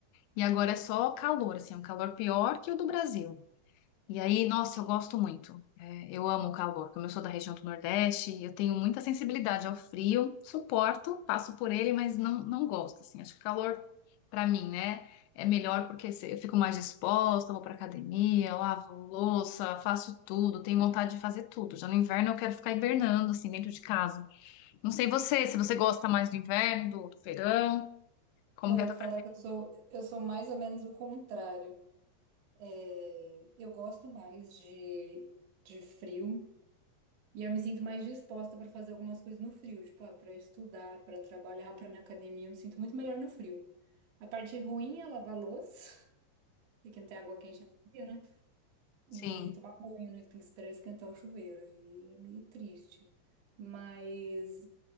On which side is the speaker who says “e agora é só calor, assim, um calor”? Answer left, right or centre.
Left